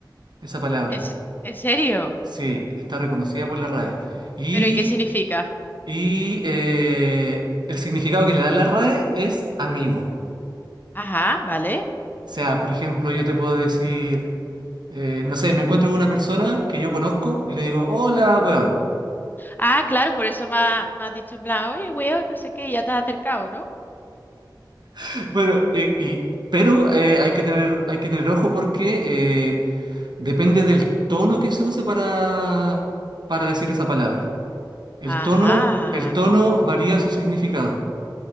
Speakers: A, on the right; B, on the left.
A: esa palabra.
B: en, se- en serio.
A: Sí, está reconocida por la RAE. Y,
B: ¿Pero y qué significa?
A: y, eh, el significado que le da la RAE es amigo.
B: Ajá, vale.
A: O sea, por ejemplo, yo te puedo decir, eh, no sé, me encuentro con una persona que yo conozco y le digo, hola, weón.
B: Ah, claro, por eso me, ha- me has dicho en plan, oye, weón, no sé qué, y ya te has acercado, ¿no?
A: <laughs> Bueno, y- y- pero eh, hay que tener, hay que tener ojo porque eh, Depende del tono que se use para, para decir esa palabra. El
B: Ajá,
A: tono, el tono varía su significado.